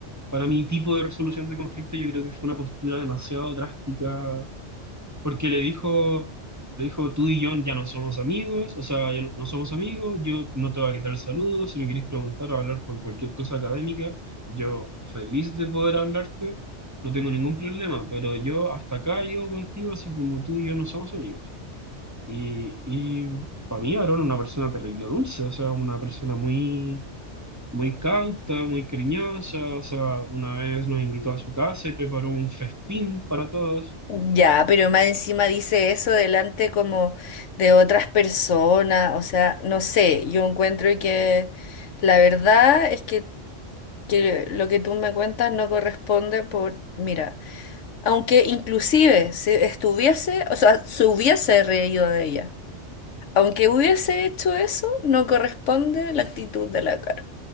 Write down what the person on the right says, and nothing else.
Para mi tipo de resolución de conflicto, yo creo que fue una postura demasiado drástica porque le dijo, le dijo, tú y yo ya no somos amigos, o sea, ya no, no somos amigos, yo no te voy a quitar el saludo, si me querés preguntar o hablar por cualquier cosa académica, yo feliz de poder hablarte, no tengo ningún problema, pero yo hasta acá llego contigo, así como tú y yo no somos amigos. Y, y para mí Aaron es una persona terrible dulce, o sea, una persona muy, muy cauta, muy cariñosa, o sea, una vez nos invitó a su casa y preparó un festín para todos.